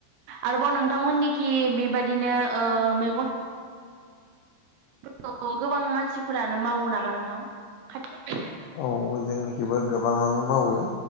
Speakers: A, on the right; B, on the left.
A: आरोबाव नोंथांमोननिखि बेबादिनो ओ मैगं फोरखौ गोबां मानसिफोरानो मावो नामा नोंथां खाथि
B: औ जोंनिखिबो गोबाङावनो मावो।